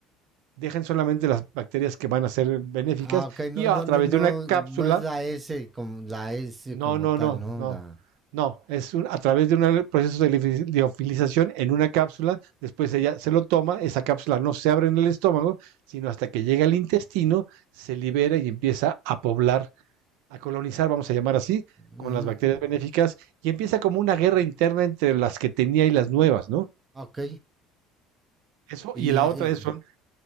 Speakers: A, on the right; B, on the right.
A: dejan solamente las bacterias que van a ser benéficas
B: Ah, ok, no,
A: y a,
B: no,
A: través
B: no, no,
A: de una cápsula
B: no es la S como la S
A: No,
B: como
A: no,
B: tal,
A: no,
B: ¿no?
A: no.
B: La.
A: No, es un- a través de un proceso de lifi- liofilización en una cápsula, después ella se lo toma, esa cápsula no se abre en el estómago, sino hasta que llega al intestino, se libera y empieza a poblar, a colonizar, vamos a llamar así, con
B: Ujú,
A: las bacterias benéficas, y empieza como una guerra interna entre las que tenía y las nuevas, ¿no?
B: Ok.
A: Eso,
B: Y,
A: y la
B: ahí-
A: otra es, son,